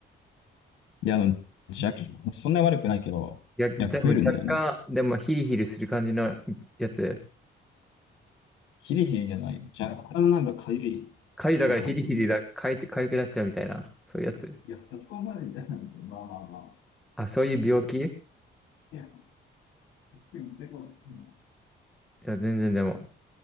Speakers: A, on the left; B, in the centre.
A: や、あの、じゃ、そんなに悪くないけど、
B: いや、じゃ、
A: いや、食えるんだよな。
B: 若干、でもヒリヒリする感じのやつ。
A: ヒリヒリじゃない。若干なんかかゆい。
B: 痒いだからヒリヒリだ、
A: なんかもう、
B: かいて、痒くなっちゃうみたいな、そういうやつ。
A: いや、そこまでじゃないけど、まあまあまあ。
B: あ、そういう病気い
A: いや、でも、でも、すんな。
B: や、全然でも、